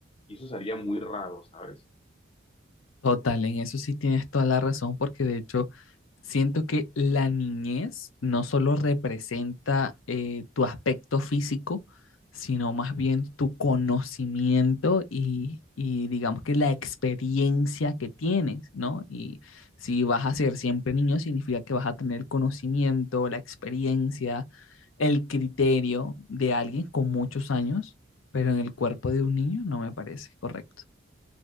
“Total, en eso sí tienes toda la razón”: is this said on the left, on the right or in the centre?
Left